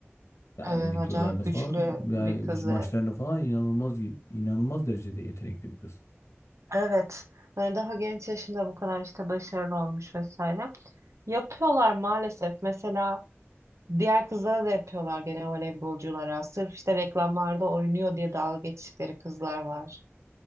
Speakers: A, on the left; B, on the right.
A: Yani
B: e, acayip
A: videolarını
B: güçlü
A: falan, yani
B: bir kız
A: biz maçlarını
B: ve
A: falan inanılmaz inanılmaz derecede yetenekli bir kız.
B: evet hani daha genç yaşında bu kadar işte başarılı olmuş vesaire. Yapıyorlar maalesef mesela diğer kızlara da yapıyorlar gene voleybolculara sırf işte reklamlarda oynuyor diye dalga geçtikleri kızlar var.